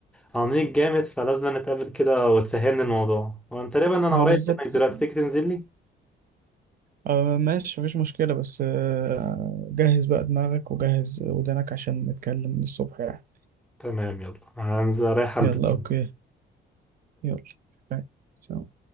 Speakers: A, in the centre; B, on the right.
A: عميق جامد فلازم نتقابل كده وتفهمني الموضوع وانا تقريبا انا
B: هو
A: قريب
B: بالظبط
A: منك دلوقتي تيجي تنزل لي
B: آه ماشي مفيش مشكلة بس آه جهز بقى دماغك وجهز ودانك عشان نتكلم من الصبح يعني
A: تمام يلا هنزل رايح البس
B: يلا أوكي يلا باي. سلام